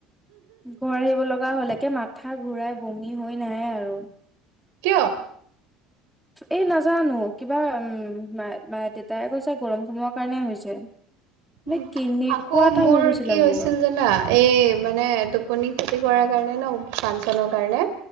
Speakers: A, in the centre; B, on the right (about 85°).
A: ঘৰ আহিব লগা হ'ল এক একে মাথা ঘূৰাই বমি হৈ নাই আৰু।
B: কিয়?
A: এই নাজানো কিবা উম মা দেউতাই কৈছে গৰম সোমোৱাৰ কাৰণে হৈছে। মানে
B: উ
A: কেনেকুৱা
B: আকৌ
A: এটা
B: মোৰ
A: হৈ গৈছিলে
B: কি হৈছিল
A: মোৰ
B: জানা এই মানে টোপনি খ'তি কৰাৰ কাৰণে ন ফাংচনৰ কাৰণে